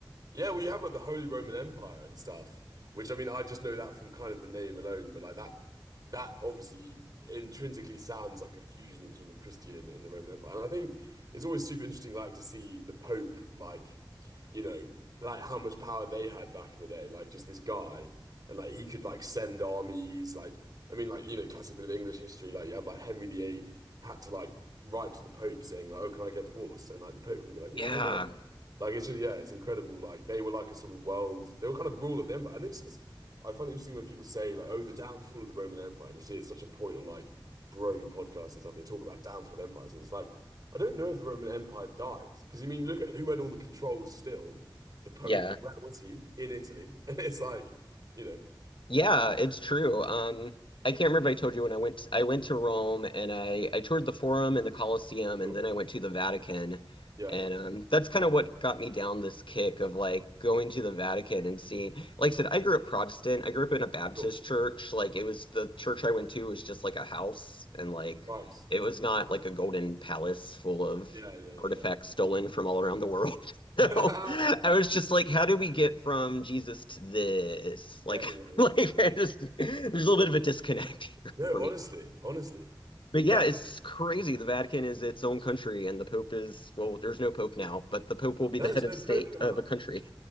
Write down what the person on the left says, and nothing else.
Yeah.
Yeah.
Yeah, it's true. Um, I can't remember if I told you when I went I went to Rome and I I toured the Forum and the Colosseum
and then I went to the Vatican.
And um, that's kind of what got me down this kick of like going to the Vatican and seeing, like I said, I grew up Protestant. I grew up in a Baptist
church. Like it was the church I went to was just like a house and like
it was not like a golden palace full of
artifacts stolen from all around the world. <laughs> So
I was just like, how do we get from Jesus to this?
Like,
<laughs>
<laughs> Like, I just, there's a little bit of a disconnect here
for me.
But
yeah, it's crazy. The Vatican is its own country, and the Pope is, well, there's no Pope now, but the Pope will be
the
head
of state
of a country.